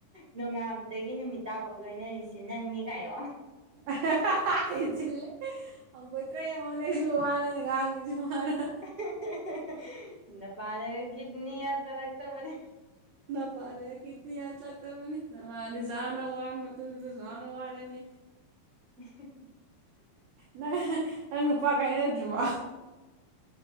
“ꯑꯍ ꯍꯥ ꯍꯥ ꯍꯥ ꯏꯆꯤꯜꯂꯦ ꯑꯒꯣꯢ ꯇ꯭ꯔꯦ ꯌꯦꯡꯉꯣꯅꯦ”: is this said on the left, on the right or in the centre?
Right